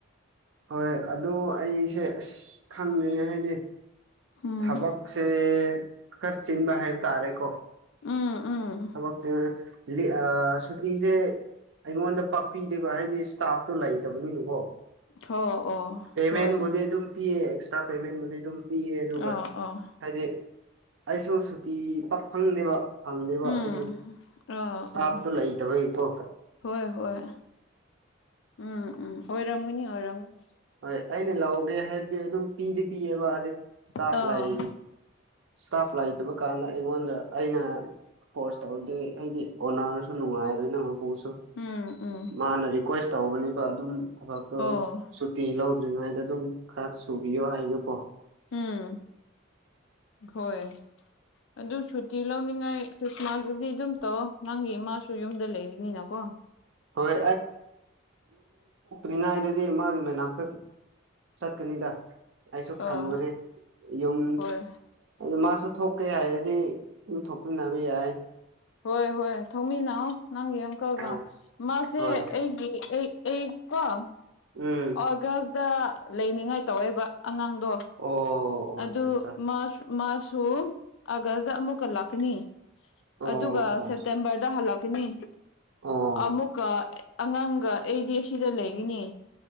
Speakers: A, on the right (about 70°); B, on the left (about 65°).
A: ꯍꯣꯏ ꯑꯗꯨ ꯑꯩꯁꯦ ꯑꯁ ꯈꯪꯗꯦꯅꯦ ꯍꯥꯏꯗꯤ
B: ꯎꯝ
A: ꯊꯕꯛꯁꯦ ꯈꯔ ꯆꯤꯟꯕ ꯍꯥꯏꯕ ꯇꯥꯔꯦꯀꯣ
B: ꯎꯝ ꯎꯝ
A: ꯊꯕꯛꯇꯤ ꯂꯤ ꯑ ꯁꯨꯇꯤꯁꯦ ꯑꯩꯉꯣꯟꯗ ꯄꯥꯛꯄꯤꯗꯦꯕ ꯍꯥꯏꯗꯤ ꯁ꯭ꯇꯥꯐꯇꯣ ꯂꯩꯇꯕꯅꯤꯅꯀꯣ
B: ꯍꯣ ꯑꯣ
A: ꯄꯦꯃꯦꯟꯕꯨꯗꯤ
B: ꯍꯣꯏ
A: ꯗꯨꯝ ꯄꯤꯌꯦ ꯑꯦꯛꯁꯇ꯭ꯔꯥ ꯄꯦꯃꯦꯟꯕꯨꯗꯤ ꯑꯗꯨꯝ ꯄꯤꯌꯦ ꯑꯗꯨꯒ
B: ꯑꯣ ꯑꯣ
A: ꯍꯥꯏꯗꯤ ꯑꯩꯁꯨ ꯁꯨꯇꯤ ꯄꯛ ꯐꯪꯗꯦꯕ <unintelligible>
B: ꯎꯝ
A: ꯍꯥꯏꯗꯤ
B: ꯑꯥ
A: ꯏꯁ꯭ꯇꯥꯐꯇꯣ
B: ꯑꯥ
A: ꯂꯩꯇꯕꯩꯀꯣ <inaudible>
B: ꯍꯣꯏ ꯍꯣꯏ ꯎꯝ ꯎꯝ ꯑꯣꯏꯔꯝꯉꯅꯤ ꯑꯣꯏꯔꯝꯉꯅꯤ
A: ꯍꯣꯏ ꯑꯩꯅ ꯂꯧꯒꯦ ꯍꯥꯏꯔꯗꯤ ꯑꯗꯨꯝ ꯄꯤꯗꯤ ꯄꯤꯑꯦꯕ ꯑꯗꯤ ꯏꯁ꯭ꯇꯥꯐ
B: ꯑꯥ
A: ꯂꯩ ꯏꯁ꯭ꯇꯥꯐ ꯂꯩꯇꯕ ꯀꯥꯟꯗ ꯑꯩꯉꯣꯟꯗ ꯑꯩꯅ ꯀꯣꯔꯁ ꯇꯧꯗꯦ ꯍꯥꯏꯗꯤ ꯀꯣꯅꯔꯁꯨ ꯅꯨꯡꯉꯥꯏꯔꯃꯤꯅ <unintelligible>
B: ꯎꯝ ꯎꯝ
A: ꯃꯥꯅ ꯔꯤꯀ꯭ꯋꯦꯁ ꯇꯧꯕꯅꯤꯕ ꯑꯗꯨꯝ ꯊꯕꯛꯇꯣ
B: ꯑꯣ
A: ꯁꯨꯇꯤ ꯂꯧ ꯗ꯭ꯔꯤꯉꯥꯢꯗ ꯑꯗꯨꯝ ꯈꯔ ꯁꯨꯕꯤꯌꯣ ꯍꯥꯏꯕꯗꯀꯣ
B: ꯎꯝ ꯍꯣꯏ ꯑꯗꯨ ꯁꯨꯇꯤ ꯂꯧꯅꯤꯡꯉꯥꯏ ꯈ꯭ꯔꯤꯁꯃꯥꯁꯕꯨꯀꯤ ꯑꯗꯨꯝ ꯇꯧꯑꯣ ꯅꯪꯒꯤ ꯏꯃꯥꯁꯨ ꯌꯨꯝꯗ ꯂꯩꯕꯅꯤꯅꯀꯣ
A: ꯍꯣꯏ <unintelligible> ꯅꯥꯏꯗꯗꯤ ꯃꯥꯒꯤ ꯃꯅꯥꯛꯇ ꯆꯠꯀꯅꯤꯗ ꯑꯩꯁꯨ ꯈꯟꯕꯅꯦ
B: ꯑꯥ
A: ꯌꯨꯝ
B: ꯍꯣꯏ
A: ꯑꯗꯣ ꯃꯥꯁꯨ ꯊꯣꯛꯀꯦ ꯍꯥꯏꯑꯗꯤ ꯗꯨꯝ ꯊꯣꯛꯃꯤꯟꯅꯕ ꯌꯥꯏ
B: ꯍꯣꯏ ꯍꯣꯏ ꯊꯣꯛꯃꯤꯟꯅꯥꯑꯧ ꯅꯪꯒꯤ ꯑꯪꯀꯜꯒ
A: ꯍꯣꯏ
B: ꯃꯥꯁꯦ
A: ꯍꯣꯏ
B: ꯑꯩꯒꯤ ꯑꯩ ꯑꯩ ꯀꯣ
A: ꯎꯝ
B: ꯑꯥꯒꯁꯗ ꯂꯩꯅꯤꯡꯉꯥꯏ ꯇꯧꯋꯦꯕ ꯑꯉꯥꯡꯗꯣ
A: ꯑꯣ ꯑꯣ
B: ꯑꯗꯨ
A: ꯑꯠꯆꯥ ꯑꯠꯆꯥ
B: ꯃꯥꯁ ꯃꯥꯁꯁꯨ ꯑꯥꯒꯁꯗ ꯑꯃꯨꯛꯀ ꯂꯥꯛꯀꯤꯅꯤ
A: ꯑꯣ
B: ꯑꯗꯨꯒ
A: ꯑꯣ
B: ꯁꯦꯞꯇꯦꯝꯕꯔꯗ ꯍꯜꯂꯛꯀꯤꯅꯤ
A: ꯑꯣ
B: ꯑꯃꯨꯛꯀ ꯑꯦ ꯑꯉꯥꯡꯒ ꯑꯩꯗꯤ ꯑꯁꯤꯗ ꯂꯩꯒꯤꯅꯤ